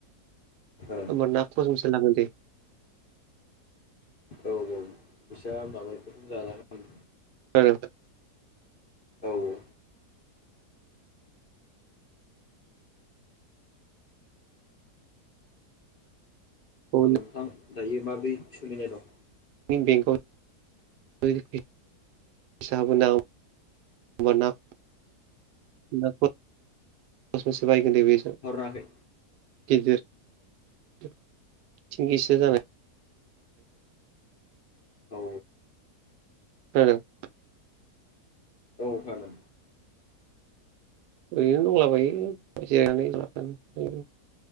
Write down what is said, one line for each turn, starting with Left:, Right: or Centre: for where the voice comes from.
Left: औ
Right: होनबाना दजनसे लांगोन दे।
Left: औ औ। फैसा माबाफोरजों जानानै।
Right: हेलौ
Left: औ औ। औ
Right: <inaudible>
Left: नोंथां दायो माब्रै सोलिनाय दं
Right: मैन बेंकआव। <unintelligible> <inaudible> <unintelligible>
Left: हराखै।
Right: गिदिर थिन खिजिसो जानाय।
Left: औ
Right: खोनादों
Left: औ फानो।
Right: ओरैनो दंलाबायो जिरायनानै।